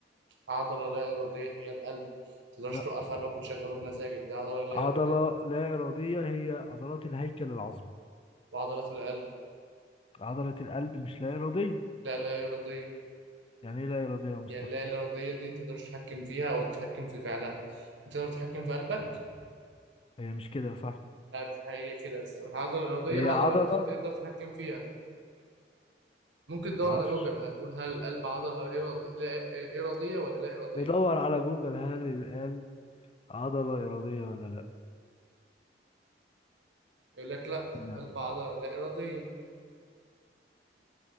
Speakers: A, on the right; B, on the left.
A: عضلة لا إرادية هي القلب متقدرش
B: لا
A: توقف قلبك وتشغله بمزاجك دي عضلة لا
B: عضلة
A: إرادية
B: لا إرادية هي عضلات الهيكل العظمي
A: وعضلات القلب
B: عضلة القلب مش لا إرادية
A: لا لا إرادية
B: يعني ايه لا إرادية يا مصطفى
A: يعني اللا إرادية دي أنت متقدرش تتحكم فيها أو تتحكم في فعلها أنت تقدر تتحكم في قلبك
B: هي مش كده صح
A: لا، في الحقيقة كده يا أسطى. العضلة الإرادية
B: هي
A: عضلة
B: عضلة
A: أنت تقدر تتحكم فيها ممكن تدور
B: معرفش
A: على جوجل هتقول هل القلب عضلة إرادي... لا إرادية ولا لا إرادية
B: ندور على جوجل هل القلب عضلة إرادية ولا لا
A: يقول لك لا
B: نعم.
A: قلب عضلة لا إرادية